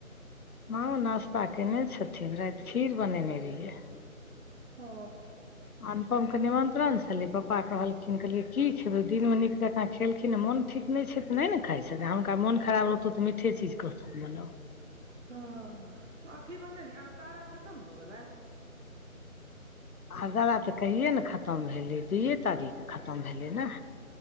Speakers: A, on the left; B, on the right.
A: माँ ओ नास्ता कने छथिन राइत खीर बनेने रहियै।
B: ओ
A: अनुपम केँ निमंत्रण छले पपा कहलखिन कहलियै की खेबै दिन मे नीक जका खेलखिन नय मोन ठीक नय छै तऽ नय नऽ खाइ छथिन हुनका मोन खराब रहतौ तऽ मीठे चीज कहथुन बनाउ।
B: हँ अथी मने ली अरदारा खतम भऽ गेलै।
A: आरदारा तऽ कहिए नऽ खतम भेलै दूये तारीख कऽ खतम भेलै नऽ